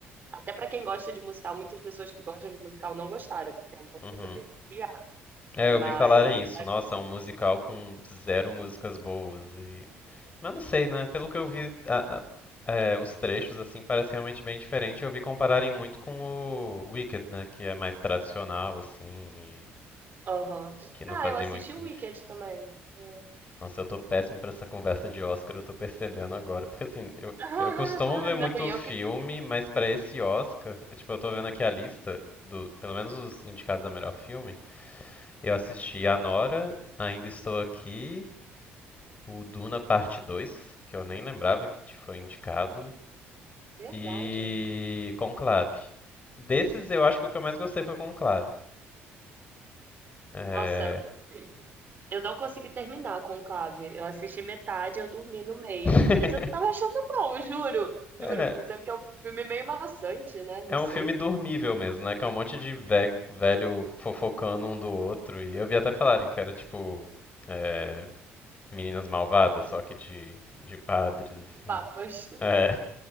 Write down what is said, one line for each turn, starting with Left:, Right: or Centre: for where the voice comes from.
Right: até pra quem gosta de musical, muitas pessoas que gostam de musical não gostaram, porque é uma
Left: Uhum.
Right: coisa bem peculiar.
Left: É,
Right: Mas
Left: eu ouvi falarem isso. Nossa, é um musical com zero músicas boas e... Mas não sei, né? Pelo que eu vi, a- a- é, os trechos, assim, parece realmente bem diferente. Eu vi compararem muito com o Wicked, né? Que é mais tradicional, assim, e
Right: Aham.
Left: que não
Right: Ah,
Left: fazia
Right: eu assisti
Left: muito sentido.
Right: o Wicked também. É.
Left: Nossa, eu tô péssimo pra essa conversa de Oscar, eu tô percebendo agora. Porque, assim, eu,
Right: <laughs>
Left: eu costumo ver muito
Right: Não, e eu
Left: filme,
Right: que.
Left: mas pra esse Oscar, tipo, eu tô vendo aqui a lista do, pelo menos os indicados a melhor filme. Eu assisti a Nora, Ainda Estou Aqui, o Duna Parte 2, que eu nem lembrava que foi indicado,
Right: Verdade.
Left: e Conclave. Desses, eu acho que o que eu mais gostei foi Conclave. É...
Right: Nossa, eu não consegui terminar com o Conclave. Eu assisti metade, eu dormi no meio.
Left: <laughs>
Right: Mas eu tava achando bom, juro. Juro,
Left: é,
Right: mas é porque é um filme meio maçante, né? Não
Left: é
Right: sei.
Left: um filme dormível mesmo, né? Que é um monte de ve- velho fofocando um do outro. E eu vi até falarem que era tipo é, meninas malvadas, só que de, de padres, assim.
Right: De papas.
Left: É.